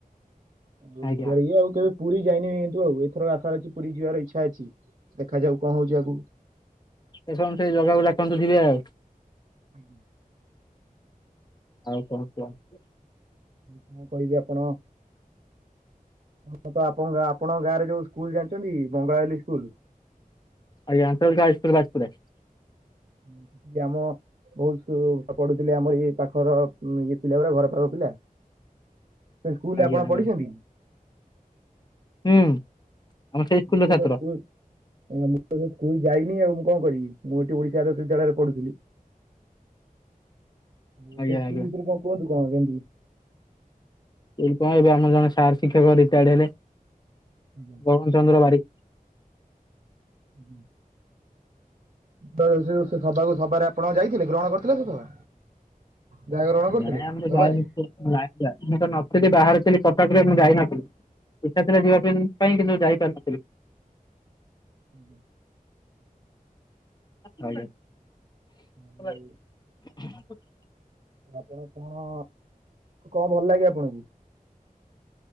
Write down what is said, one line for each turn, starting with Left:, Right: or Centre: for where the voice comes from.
Right: ମୁଁ
Left: ଆଜ୍ଞା
Right: ସେଥିରେ ଇଏ ଆଉ କେବେ ପୁରୀ ଯାଇନି କିନ୍ତୁ ଆଉ ଏ ଏଥର ଆଶା ଅଛି ପୁରୀ ଯିବାର ଇଚ୍ଛା ଅଛି ଦେଖାଯାଉ କଣ ହଉଛି ଆଗୁକୁ।
Left: ଏ ସମସ୍ତେ ଜଗାକୁ ଡାକନ୍ତୁ ଯିବେ ଆଉ।
Right: <inaudible>
Left: ଆଉ କଣ କୁହନ୍ତୁ?
Right: ମୁଁ କଣ କହିବି ଆପଣ ହଁ ତ ଆପଣ ଗାଁ ଆପଣଙ୍କ ଗାଁରେ ଯୋଉ ସ୍କୁଲ୍ ଜାଣିଛନ୍ତି ବଙ୍ଗଳାଲି ସ୍କୁଲୁ?
Left: ଆଜ୍ଞା <unintelligible>
Right: <inaudible> ଆମ ମୋ ସ୍କୁ ତ ପଢୁଥିଲେ ଆମର ଇ ପାଖର ଉଁ, ଇଏ ପିଲା ଗୁଡା ଘର ପାଖ ପିଲା। ସେ ସ୍କୁଲ୍ ରେ
Left: ଆଜ୍ଞା
Right: ଆପଣ
Left: ଆଜ୍ଞା
Right: ପଢିଚନ୍ତି କି?
Left: ହୁଁ। ଆମ ସେଇ ସ୍କୁଲର
Right: ଉଁ, ସେଟା
Left: ଛାତ୍ର
Right: ସ୍କୁଲ୍ ଏ ଆମ ତ ମୁଁ ସ୍କୁଲ୍ ଯାଇନି ଆଉ ମୁଁ କଣ କରିବି, ମୁଁ ଏଠି ଓଡ଼ିଶାର <inaudible> ବିଦ୍ୟାଳୟରେ ପଢୁଥିଲି। ଓ, ସେ
Left: ଆଜ୍ଞା
Right: ସ୍କୁଲ୍
Left: ଆଜ୍ଞା
Right: ଭିତରେ ରେ କଣ କୁହନ୍ତୁ କଣ କେମିତି?
Left: ମୁଁ କହିଲି କଣ ଏବେ ଆମର ଜଣେ ସାର୍ ଶିକ୍ଷକ ରିଟାର୍ଡ ହେଲେ,
Right: ଆଜ୍ଞା।
Left: ବରୁଣ ଚନ୍ଦ୍ର ବାରିକ
Right: ହୁଁ। ତ ଯେ ସେ ଯୋଉ ସେ ସଭାକୁ ସଭାରେ ଆପଣ ଯାଇଥିଲେ ଗ୍ରହଣ କରିଥିଲେ ସେ ସଭା? ଯାହା ଗ୍ରହଣ କରିଥିଲେ
Left: ନାଇଁ ଆମେ ସେ
Right: ସଭାରେ?
Left: ଯାଇନୁ ତ ନାଇଁ ଆଜ୍ଞା ମୁଁ ତ ନଥିଲି ବାହାରେ ଥିଲି, କଟକରେ ମୁଁ ଯାଇନଥିଲି, ଇଚ୍ଛା ଥିଲା
Right: ଆଜ୍ଞା
Left: ଯିବା ପାଇଁ ପାଇଁ କିନ୍ତୁ ଯାଇପାରିନଥିଲି।
Right: ଆଜ୍ଞା।
Left: <unintelligible>
Right: ଆଉ ତ ଆପଣ କଣ, କଣ ଭଲ ଲାଗେ ଆପଣଙ୍କୁ?